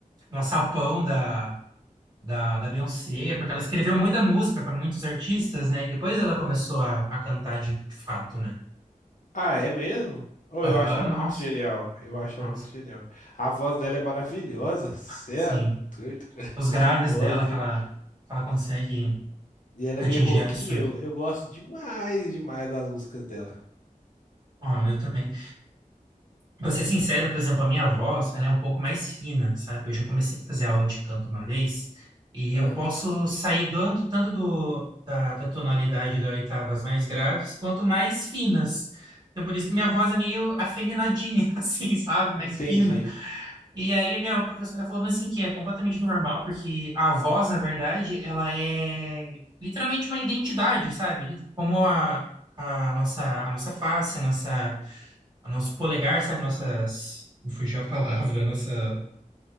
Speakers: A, on the right; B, on the left.
A: no açapão da, da, da Beyoncé, porque ela escreveu muita música para muitos artistas, né? E depois ela começou a, a cantar de de fato, né?
B: Ah, é mesmo? Oh,
A: Aham,
B: eu acho ela
A: nossa,
B: muito genial. Eu acho
A: nossa,
B: ela muito genial. A voz dela é maravilhosa. Cê
A: sim.
B: é doido. <laughs>
A: Os graves
B: Que voz,
A: dela que
B: hein?
A: ela, que ela consegue
B: E ela
A: atingir
B: é meio roquinha.
A: é absurdo.
B: Eu, eu gosto demais, demais das músicas dela.
A: Ah, eu também. Pra ser sincero, por exemplo, a minha voz, ela é um pouco mais fina, sabe? Eu já comecei a fazer aula de canto uma vez e
B: Ah,
A: eu posso sair dando tanto do, da, da tonalidade das oitavas mais graves quanto mais finas. Então, por isso que minha voz é meio afeminadinha, <laughs> assim, sabe? Mais
B: entendi.
A: fina. E aí a minha professora falou assim que é completamente normal, porque a voz, na verdade, ela é literalmente uma identidade, sabe? Como a, a nossa, a nossa face, a nossa o nosso polegar, sabe? Nossas. Me fugiu a palavra, a nossa.